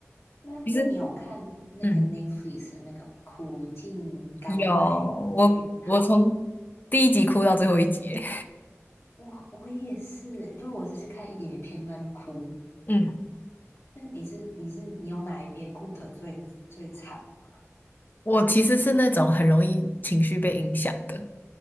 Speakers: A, on the left; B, on the left.
A: 那那你有看那个
B: 其实嗯，
A: Netflix 的那个《苦尽甘来遇见你
B: 有我我从第一集哭到最后一集，
A: 我我也是，就我只是看一点点片段就哭。
B: <laughs> 嗯，
A: 那你是你是你有哪一边哭得最最惨吗？
B: 我其实是那种很容易情绪被影响的，